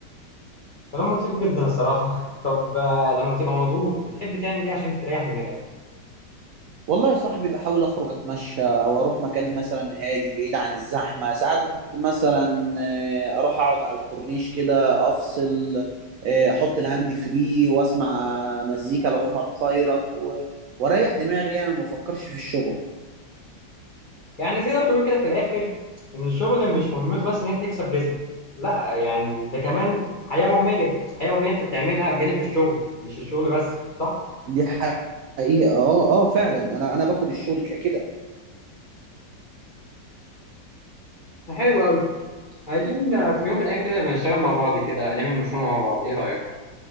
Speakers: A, on the left; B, on the right.
A: كلام منطقي جدا الصراحه <laughs> طب آه، لما بتبقى مضغوط بتحب تعمل ايه عشان تريح دماغك
B: والله يا صاحبي بحاول اخرج اتمشى او اروح مكان مثلا هادي بعيد عن الزحمة ساعات مثلا آه، اروح اقعد على الكورنيش كده افصل آه، احط الهاند فري واسمع مزيكا لعمر خيرت و- واريح دماغي يعني وما افكرش في الشغل
A: يعني تقدر تقول كده في الاخر ان الشغل مش مهمته بس ان هي بتكسب رزق لا يعني ده كمان حياه يوميه حياه يوميه انت بتعملها جانب الشغل مش الشغل بس صح
B: دي حقيقة اه اه فعلا انا انا باخد الشغل كده
A: حلو قوي عايزين في يوم من الأيام كده نبقى نشتغل مع بعض كده نعمل مشروع مع بعض إيه رأيك؟